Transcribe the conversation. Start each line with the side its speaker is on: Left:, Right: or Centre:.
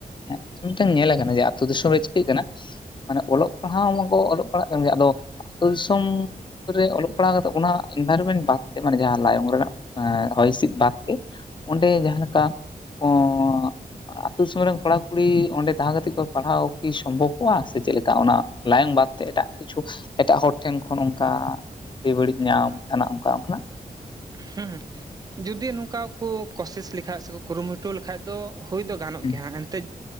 Left: ᱦᱮᱸ ᱢᱤᱫᱴᱟᱝ ᱧᱮᱞᱟᱠᱟᱱᱟ ᱡᱮ ᱟᱹᱛᱩ ᱫᱤᱥᱚᱢ ᱨᱮ ᱪᱤᱠᱟᱹᱜ ᱠᱟᱱᱟ᱾ ᱢᱟᱱᱮ ᱚᱞᱚᱜ ᱯᱟᱲᱦᱟᱣ ᱢᱟᱠᱚ ᱚᱞᱚᱜ ᱯᱟᱲᱦᱟᱜ ᱠᱟᱱ ᱜᱮᱭᱟ ᱟᱫᱚ ᱟᱹᱛᱩ ᱫᱤᱥᱚᱢ ᱨᱮ ᱚᱞᱚᱜ ᱯᱟᱲᱦᱟᱣ ᱠᱟᱛᱮ ᱚᱱᱟ ᱤᱱᱵᱷᱟᱨᱨᱢᱮᱱᱴ ᱵᱟᱫᱛᱮ ᱢᱟᱱᱮ ᱡᱟᱦᱟᱸ ᱞᱟᱭᱚᱝ ᱨᱮᱱᱟᱜ ᱦᱚᱭ ᱦᱤᱸᱥᱤᱫ ᱵᱟᱫᱽ ᱜᱮ ᱚᱸᱰᱮ ᱡᱟᱦᱟᱸᱞᱮᱠᱟ <inaudible> ᱟᱹᱛᱩ ᱫᱤᱥᱚᱢ ᱨᱮᱱ ᱠᱚᱲᱟ ᱠᱩᱲᱤ ᱚᱸᱰᱮ ᱫᱟᱦᱟ ᱠᱟᱛᱮᱜ ᱠᱚ ᱯᱟᱲᱦᱟᱣ ᱠᱤ ᱥᱚᱢᱵᱷᱚᱵᱚᱜᱼᱟ ᱥᱮ ᱪᱮᱫᱞᱮᱠᱟ ᱚᱱᱟ ᱞᱟᱭᱚᱝ ᱵᱟᱫᱛᱮ ᱮᱴᱟᱜ ᱠᱤᱪᱷᱩ ᱮᱴᱟᱜ ᱦᱚᱲ ᱴᱷᱮᱱ ᱠᱷᱚᱱ ᱚᱱᱠᱟ᱾ ᱟᱹᱰᱤ ᱵᱟᱹᱲᱤᱡ ᱧᱟᱢ ᱦᱟᱱᱟᱜ ᱚᱱᱠᱟ ᱚᱱᱠᱟᱱᱟᱜ᱾
Right: ᱦᱮᱸ ᱡᱩᱫᱤ ᱱᱚᱝᱠᱟ ᱠᱚ ᱠᱳᱥᱤᱥ ᱞᱮᱠᱷᱟᱡ ᱥᱮᱠᱚ ᱠᱩᱨᱩᱢᱩᱴᱩ ᱞᱮᱠᱷᱟᱡ ᱫᱚ ᱦᱩᱭ ᱫᱚ ᱜᱟᱱᱚᱜ
Left: ᱦᱩᱸ
Right: ᱜᱮᱭᱟ ᱦᱟᱸᱜ ᱮᱱᱛᱮᱫ